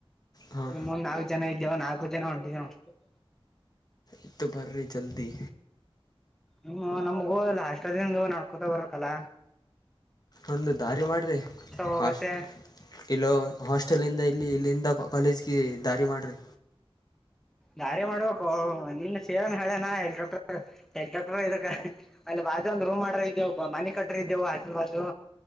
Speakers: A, on the left (about 40°); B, in the centre.
A: ಹಾಂ
B: ಮುಂದೇ ನಾಲ್ಕು ಜನ ಇದ್ದೀವಿ ಇನ್ನ <unintelligible> ಜನ ಹೊಂಟಿದೆ ನೋಡು
A: ಎದ್ದು ಬರಿ ಜಲ್ದಿ
B: ಹುನೋ ನಮಗೂ ಹಾಸ್ಟೆಲಿಂದ ನಡ್ಕೊಂತ ಬರಬೇಕಲ್ಲ
A: ಒಂದು ದಾರಿ ಮಾಡರಿ
B: ಹೋಗತ್ತೆ
A: ಹಾಸ್ <unintelligible> ಇಲ್ಲೋ ಹಾಸ್ <unintelligible> ಹಾಸ್ಟೆಲ್ಲ್ಲಿಂದ ಇಲ್ಲಿ ಇಲ್ಲಿಂದ ಕಾಲೇಜಿಗೆ ದಾರಿ ಮಾಡರಿ
B: ದಾರಿ ಮಾಡಬೇಕು ನಿನ್ನೆ <unintelligible> ಸೇರನ್ ಹೇಳೇನಾ ಎಲ್ <unintelligible> ಡಾಕ್ಟರ್ ಎಲ್ ಡ್ರಾಕ್ಟರ್ ಇದಕ್ಕ ಬಾಜು ಒಂದ ರೂಮ ಮಾಡರಿ ಇದ್ದೆವು ಮನೆ ಕಟ್ಟವರ ಇದೆವು ಹಾಸ್ಟೆಲ್ ಬಾಜು